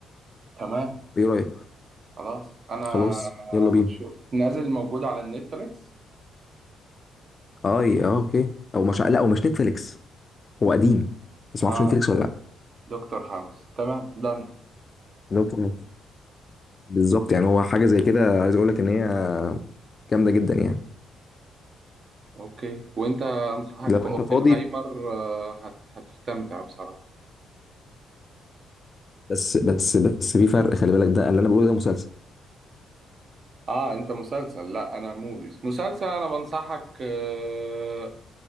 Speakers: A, on the right; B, on the left.
A: تمام
B: ايه رايك
A: خلاص انا
B: خلاص يلا بينا
A: هشوف نازل موجود على النتفليكس
B: اه اه اوكي او مش لا او مش نتفليكس هو قديم بس ما
A: اه
B: اعرفش نتفليكس ولا لا
A: دكتور هاوس تمام دن
B: دكتور بالظبط يعني هو حاجه زي كده عايز اقول لك ان هي جامده جدا يعني
A: اوكي وانت انصحك
B: لو
A: باوبنهايمر
B: انت فاضي
A: آه، هت... هتستمتع بصراحة
B: بس بس بس في فرق خلي بالك ده اللي انا بقوله ده مسلسل
A: اه انت مسلسل لا انا موفيز مسلسل انا بنصحك آه...